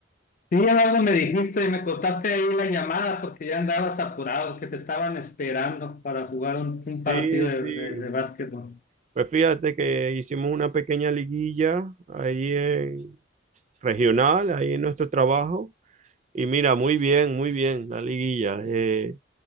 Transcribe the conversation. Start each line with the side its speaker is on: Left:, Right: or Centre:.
Left: sí, algo me dijiste y me cortaste ahí la llamada porque ya andabas apurado, que te estaban esperando para jugar un,
Right: Sí,
Left: un partido de,
Right: sí.
Left: de, de básquetbol.
Right: Pues fíjate que hicimos una pequeña liguilla ahí en regional, ahí en nuestro trabajo. Y mira, muy bien, muy bien la liguilla. Eh,